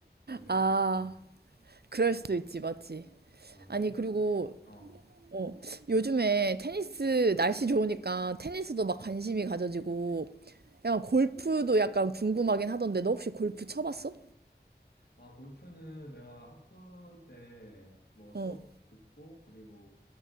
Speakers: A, on the left; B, on the right.
A: 뭐 생각도
B: 아,
A: 들고.
B: 그럴 수도 있지, 맞지?
A: 맞아요.
B: 아니, 그리고,
A: 어.
B: 어, 요즘에 테니스, 날씨 좋으니까 테니스도 막 관심이 가져지고, 약간 골프도 약간 궁금하긴 하던데, 너 혹시 골프 쳐봤어?
A: 아, 골프는 내가 학부 때 뭐 수업
B: 어,
A: 듣고 그리고